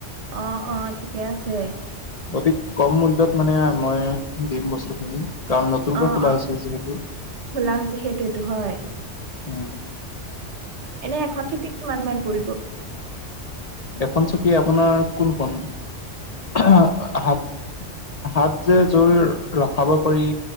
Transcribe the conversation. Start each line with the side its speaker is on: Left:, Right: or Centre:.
Right: অ অ ঠিকে আছে।
Left: অতি কম মূল্যত মানে মই দিম বস্তুখিনি কাৰণ নতুনকৈ
Right: অ
Left: খোলা
Right: অ
Left: হৈছে যিহেতু।
Right: খোলা হৈছে সেইটোয়েতো হয়
Left: উম,
Right: এনে এখন চকীত কিমান মান পৰিব
Left: এখন চকী আপোনাৰ কোনখন? <unintelligible> হাত হাত যে জুৰ ৰখাব পাৰি